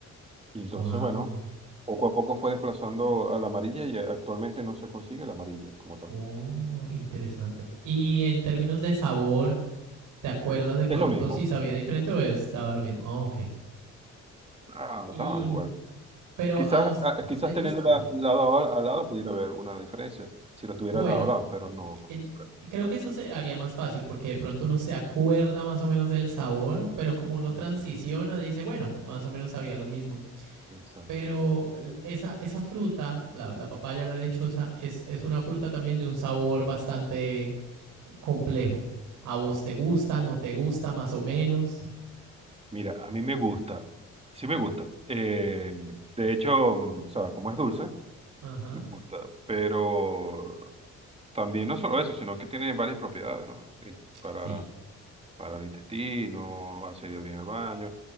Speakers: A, on the right; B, on the right.
A: Y entonces,
B: Wow.
A: bueno, poco a poco fue desplazando a la amarilla y actualmente no se consigue la amarilla como tal.
B: Oh, interesante. Y en términos de sabor, ¿Te acuerdas de pronto
A: Es lo mismo.
B: si sabía diferente o estaba lo mismo? Oh, ok.
A: Ah,
B: Y,
A: da igual.
B: pero
A: Quizás,
B: a vos,
A: ah, quizás
B: ¿te gusta
A: teniéndola
B: o no?
A: lado a al lado pudiera haber una diferencia si lo
B: Bueno,
A: tuviera lado a lado, pero no, no.
B: eh,
A: creo.
B: creo que eso se haría más fácil porque de pronto uno se acuerda más o menos del sabor, pero como uno
A: No
B: transiciona,
A: sé,
B: dice, bueno, más o menos sabía lo mismo.
A: exacto.
B: Pero esa, esa fruta, la, la papaya o la lechosa, es, es una fruta también de un sabor bastante eh, complejo. ¿A vos te gusta, no te gusta, más o menos?
A: Mira, a mí me gusta, sí me gusta. Eh, de hecho, mm, o sea, como es dulce,
B: Ajá,
A: me gusta, pero también no solo eso, sino que tiene varias propiedades, ¿no? Y para
B: sí,
A: para el intestino, hace ir bien al baño.